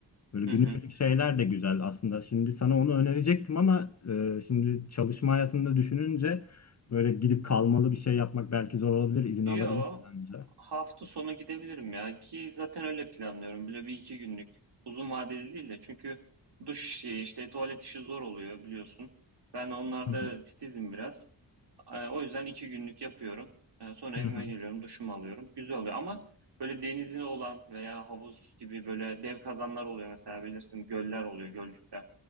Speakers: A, on the left; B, on the right.
A: Böyle günübirlik
B: Hı hı.
A: şeyler de güzel aslında. Şimdi sana onu önerecektim ama e, şimdi çalışma hayatında düşününce böyle gidip kalmalı bir şey yapmak belki zor olabilir. İzin
B: Yo,
A: alabilirsin önce.
B: hafta sonu gidebilirim ya ki zaten öyle planlıyorum. Böyle bir iki günlük uzun vadeli değil de çünkü duş işi işte tuvalet işi zor oluyor biliyorsun. Ben onlarda
A: Hı hı.
B: titizim biraz. E, O yüzden iki günlük yapıyorum. E, Sonra
A: Hı
B: evime
A: hı.
B: geliyorum duşumu alıyorum. Güzel oluyor ama böyle denizine olan veya havuz gibi böyle dev kazanlar oluyor mesela bilirsin göller oluyor gölcükler.